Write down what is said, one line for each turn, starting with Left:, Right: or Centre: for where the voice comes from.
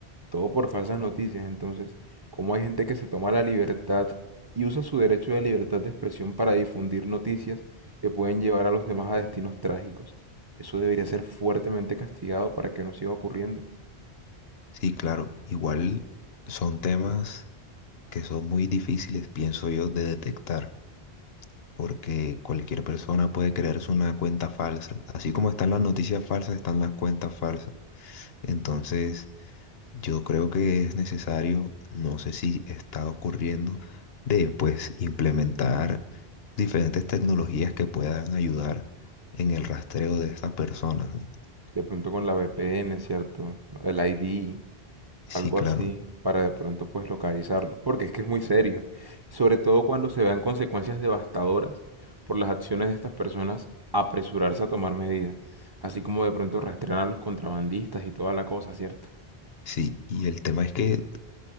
Right: Todo por falsas noticias. Entonces, ¿cómo hay gente que se toma la libertad y usa su derecho de libertad de expresión para difundir noticias que pueden llevar a los demás a destinos trágicos? Eso debería ser fuertemente castigado para que no siga ocurriendo.
Left: Sí, claro. Igual son temas que son muy difíciles, pienso yo, de detectar. porque cualquier persona puede crearse una cuenta falsa. Así como están las noticias falsas, están las cuentas falsas. Entonces, yo creo que es necesario, no sé si está ocurriendo, de pues implementar diferentes tecnologías que puedan ayudar en el rastreo de estas personas, ¿no?
Right: De pronto con la VPN, ¿cierto? El ID,
Left: Sí,
Right: algo
Left: claro.
Right: así, para de pronto pues localizarlo, porque es que es muy serio, y sobre todo cuando se vean consecuencias devastadoras por las acciones de estas personas, apresurarse a tomar medidas, así como de pronto rastrear a los contrabandistas y toda la cosa, ¿cierto?
Left: Sí, y el tema es que